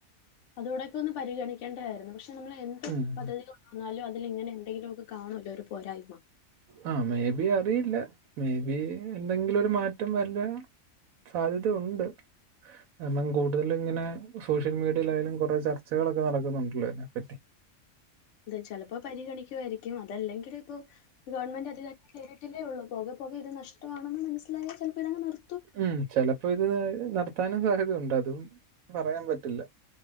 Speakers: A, on the left (about 65°); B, on the right (about 80°).
A: അതു കുടൊക്കെ ഒന്ന് പരിഗണിക്കേണ്ടതായിരുന്നു പക്ഷെ നമ്മൾ എന്ത്
B: ഉം
A: പദ്ധതിക എന്നാലും അതില് ഇങ്ങനെ എന്തെങ്കിലുമൊക്കെ കാണുമല്ലോ ഒരു പോരായ്മ
B: ആഹ് മേബി അറിയില്ല മേബി എന്തെങ്കിലും ഒരു മാറ്റം വരില്ല സാധ്യത ഉണ്ട് കാരണം കൂടുതലിങ്ങനെ സോഷ്യൽ മീഡിയലായാലും കുറെ ചർച്ചകളൊക്കെ നടക്കുന്നുണ്ടല്ലോ അതിനെപ്പറ്റി
A: അതെ ചിലപ്പോ പരിഗണിക്കുവായിരിക്കും അതല്ലെങ്കില് ഇപ്പൊ ഗവൺമെന്റ് അധികരി കേറിട്ടെല്ലയുള്ളു പോകെ പോകെ ഇത് നഷ്ടണെന്ന് മനസ്സിലായാൽ ചിലപ്പോ ഇതങ് നിർ
B: ഉം ചെലപ്പോ ഇത് നടത്താനും സാധ്യതയുണ്ട് അതും പറയാൻ പറ്റില്ല